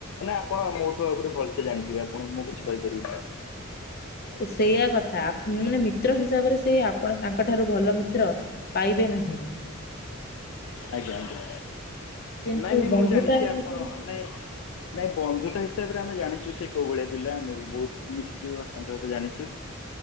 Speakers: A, on the left; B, on the left.
A: ନା ଆପଣ ମୋଠୁ ଆଉ ଗଟେ ଭଲସ ଜାଣିଥିବେପଣ ମୁଁ କିଛି କହିପାରିବି ନା।
B: ସେଇଆ କଥା ମାନେ ମିତ୍ର ହିସାବରେ ସେ ଆପଣ ତାଙ୍କ ଠାରୁ ଭଲ ମିତ୍ର। ପାଇବେ ନାହିଁ।
A: ଆଜ୍ଞା ଆଜ୍ଞା
B: କିନ୍ତୁ
A: ନାଇଁ ନାଇଁ
B: ବନ୍ଧୁତା
A: ମୁଁ ଜାଣିଛି
B: ଅନୁସାରେ
A: ଆପଣ ନାଇଁ ନାଇଁ ବନ୍ଧୁତା ହିସାବରେ ଆମେ ଜାଣିଛୁ ସେ କୋଉ ଭଳିଆ ପିଲା ଆମେ ବି ବହୁତ ମିଶିଛୁ ଆଉ ତାଙ୍କ ସହିତ ଜାଣିଛୁ।